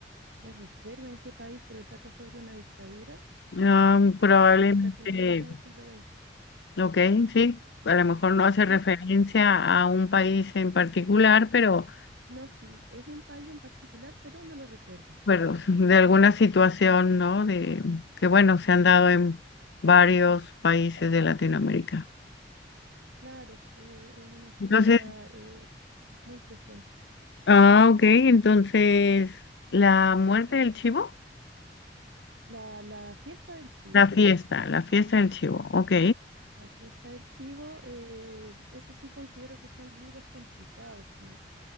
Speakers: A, on the right; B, on the left.
A: no recuerdo en qué país, pero trata sobre una dictadura.
B: Ah, probablemente,
A: en Latinoamérica en el siglo XX.
B: ok, sí. A lo mejor no hace
A: Sí,
B: referencia a un país en particular, pero...
A: no, sí, es un país en particular, pero no lo recuerdo.
B: recuerdo de alguna situación, ¿no? De que bueno, se han dado en varios países de Latinoamérica.
A: Claro, eh, es una historia
B: Entonces,
A: eh, muy presente.
B: ah, ok, entonces, la muerte del chivo,
A: La, la fiesta del chivo.
B: la fiesta, la fiesta del chivo, ok.
A: La fiesta del chivo, eh, eso sí considero que son libros complicados. Si